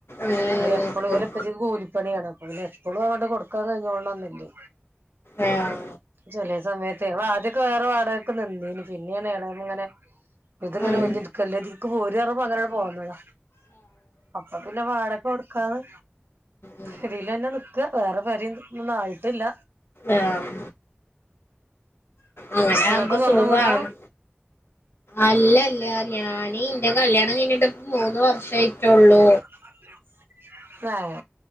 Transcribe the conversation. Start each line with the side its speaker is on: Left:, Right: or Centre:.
Left: ആഹ്
Right: അതെപ്പളോല്
Left: ഉം
Right: ഉപ്പച്ചിക്ക് കൂലിപ്പണിയാണ് അപ്പ പിന്നെ എപ്പളും അങ്ങട്ട് കൊടുക്കാൻ കഴിഞ്ഞോളണംന്നില്ലേ
Left: ആഹ്
Right: ചെലേ സമയത്തേ ഞങ്ങൾ ആദ്യക്ക വേറെ വാടക നിന്നീന് പിന്നേണ് എളേമ്മ ഇങ്ങനെ ഇത്ങ്ങനെ
Left: ഉം
Right: ഒഴിഞ്ഞിരിക്കല്ലേ ഇത്ക്ക് പോര്ന്ന് പറഞ്ഞപ്പോ അങ്ങനാണ്ട് പോന്നതാ അപ്പ പിന്നെ വാടക കൊടുക്കാതെ
Left: ഉം
Right: ഇതീലന്നെ നിക്കാ വേറെ പെരേം ഒന്നും ആയിട്ടില്ല.
Left: ആഹ് അങ്ങനെ
Right: ഇങ്ങക്ക്
Left: ആവുമ്പ
Right: സ്വന്തം
Left: സുഖാണ്.
Right: വീടാ
Left: അല്ലല്ല ഞാന് ഇന്റെ കല്യാണം കഴിഞ്ഞിട്ട് ഇപ്പ മൂന്ന് വർഷായിട്ടുള്ളൂ
Right: ഉ <unintelligible>